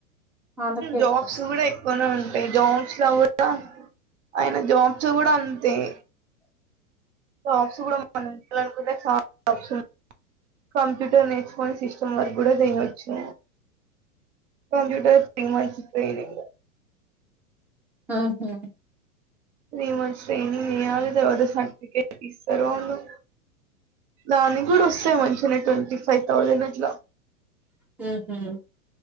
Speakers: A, in the centre; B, on the right.
A: వాళ్ళకే
B: జాబ్స్
A: ఎక్కువ వస్తాయి
B: కూడా ఎక్కువనే ఉంటాయి జాబ్స్ లో కూడా అయిన జాబ్స్ కూడా అంతే! అంతే <unintelligible> చూడాలనుకుంటే చాలా కంప్యూటర్ నేర్చుకొని సిస్టమ్ వర్క్ కూడా చేయచ్చు. కంప్యూటర్ తో మంచి ట్రైనింగ్.
A: ఉహు!
B: త్రీ మంత్స్ ట్రైనింగ్ చేయాలి తర్వాత సర్టిఫికెట్ ఇస్తారు. వాళ్ళు దానికి కూడా వస్తాయి మంచిగానే ట్వంటీ ఫైవ్ థౌజండ్ అట్లా.
A: హు హూ